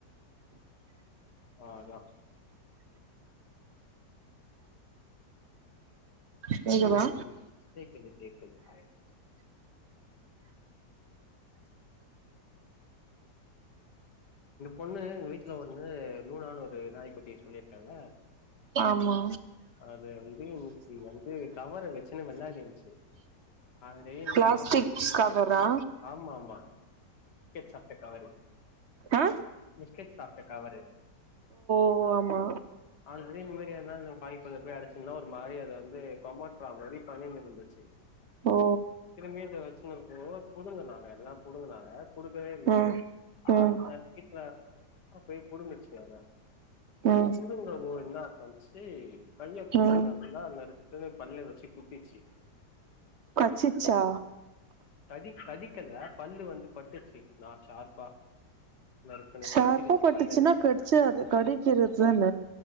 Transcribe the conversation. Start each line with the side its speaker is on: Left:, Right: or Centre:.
Left: ஆ அதா
Right: கேக்குதா
Left: ம் கேக்குது கேட்டுச்சு. இங்க பொண்ணு எங்க வீட்ல ஒண்ணு லூனான்னு ஒரு நாய்க்குட்டி சொல்லியிருக்கேல.
Right: ஆமா
Left: அது வந்து <unintelligible> வந்து கவர வெச்சுனு வெளாடிந்த்ச்சு ஆல்ரெடி இந்த
Right: பிளாஸ்டிக்
Left: மேரி
Right: கவரா
Left: ஆமா ஆமா பிஸ்கேட் சாப்ட்ட கவரு
Right: ஆ
Left: பிஸ்கேட் சாப்ட்ட கவரு
Right: ஓ ஆமா
Left: ஆல்ரெடி இந்த மாரி ஏதாவது வாய்க்குள்ள போய் அடைச்சுன்னா ஒரு மாரி அது வந்து கொமோட்ரா மாரி பண்ணினுயிருந்துச்சு.
Right: ஓ
Left: திரும்பியு இத வெச்சினுயிருக்கப்போ புடுங்கனாங்க எல்லா புடுங்குனாங்க குடுக்கவே இல்ல
Right: ம்
Left: ஹாஸ்பிட்ல
Right: ம்
Left: அட்மிட்ல இர்ந்து எங்க அக்கா போய் புடுங்குச்சு அத
Right: ம்
Left: புடுங்குனப்போ இன்னா பன்ச்சு கைய புச்சு
Right: ம்
Left: நல்லா நறுக்குனு பல்ல வெச்சு குத்திச்சி
Right: கட்சுச்சா.
Left: கடி கடிக்கல பல்லு வந்து பட்டுச்சு நா ஷார்ப்பா நறுக்குன்னு
Right: ஷார்ப்பா
Left: இச்சிடுச்சு
Right: பட்டுச்சுன்னா
Left: பல்ல வச்சு
Right: கட்சா அது கடிக்கிறது தான.